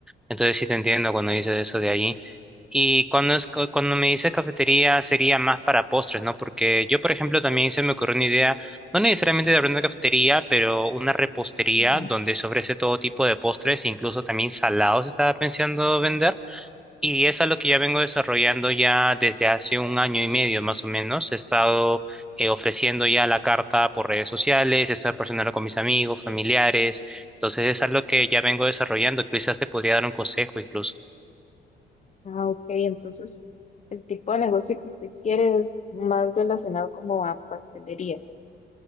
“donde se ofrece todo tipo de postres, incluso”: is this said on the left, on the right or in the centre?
Centre